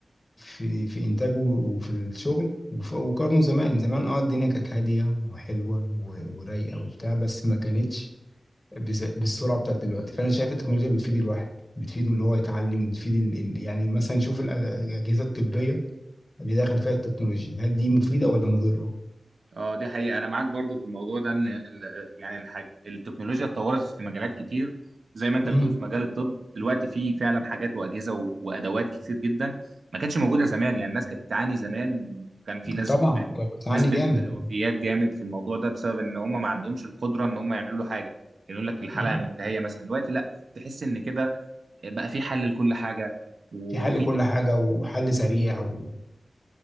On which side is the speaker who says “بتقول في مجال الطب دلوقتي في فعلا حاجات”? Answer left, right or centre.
Right